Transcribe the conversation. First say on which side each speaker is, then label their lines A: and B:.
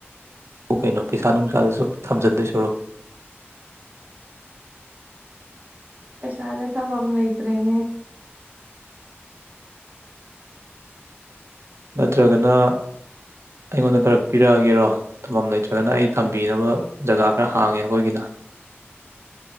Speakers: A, on the right; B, on the right.
A: ꯀꯩꯅꯣ ꯄꯩꯁꯥ ꯅꯨꯡꯁꯥꯗꯁꯨ ꯊꯝꯖꯤꯟꯗꯣꯏ ꯁꯨꯔꯣ
B: ꯄꯩꯁꯥꯁꯦ ꯊꯝꯕꯝ ꯂꯩ ꯏꯇꯔꯦꯅꯦ
A: ꯅꯠꯇ꯭ꯔꯒꯅ ꯑꯩꯉꯣꯟꯗ ꯈꯔ ꯄꯤꯔꯛꯑꯒꯦꯔꯣ ꯊꯝꯐꯝꯝ ꯂꯩꯇ꯭ꯔꯒꯅ ꯑꯩ ꯊꯝꯕꯤꯅꯕ ꯖꯒꯥ ꯈꯔ ꯍꯥꯡꯉꯦ ꯑꯩꯈꯣꯏꯒꯤꯅ